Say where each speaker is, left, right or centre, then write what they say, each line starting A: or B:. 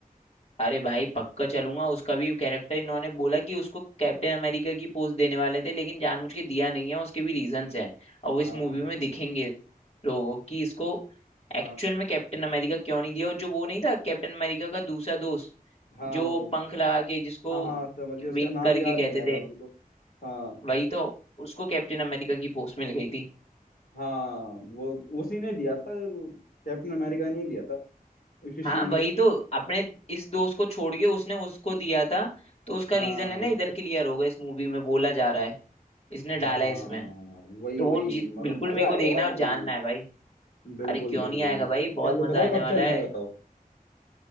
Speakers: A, on the left (about 45°); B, on the left (about 75°).
A: अरे भाई पक्का चलूंगा उसका भी कैरेक्टर इन्होंने बोला कि उसको कैप्टन अमेरिका की पोस्ट देने वाले थे लेकिन जानबूझ के दिया नहीं है उसके भी रीजंस हैं और वो इस
B: हाँ
A: मूवी में दिखेंगे लोगों को कि इसको
B: हाँ
A: एक्चुअल में कैप्टन अमेरिका क्यों नहीं दिया और जो वो नहीं था कैप्टन अमेरिका का दूसरा दोस्त
B: हाँ
A: जो
B: वो
A: पंख लगा के जिसको
B: हाँ हाँ समझ गया उसका
A: विंग
B: नाम
A: करके
B: याद नहीं
A: कहते
B: आ रहा
A: थे
B: है मेरे को हाँ
A: वही तो उसको कैप्टन अमेरिका की पोस्ट मिल गई थी
B: हाँ वो उसी ने दिया था कैप्टन अमेरिका ने ही दिया था उसकी शील्ड
A: हाँ वही तो अपने इस दोस्त को छोड़ के उसने उसको दिया था तो उसका
B: हाँ
A: रीजन है ना इधर क्लियर होगा इस मूवी में बोला जा रहा है इसने
B: हाँ
A: डाला है इसमें
B: वही
A: तो
B: वही
A: वो जी
B: मगर
A: बिल्कुल
B: मजा
A: मेरे को
B: आएगा
A: देखना
B: यार
A: है और
B: मूवी
A: जानना
B: में
A: है भाई
B: बिल्कुल
A: अरे क्यों
B: बिल्कुल
A: नहीं आएगा भाई बहुत
B: चल
A: मजा
B: बताओ
A: आने
B: कब
A: वाला
B: चलें
A: है
B: ये बताओ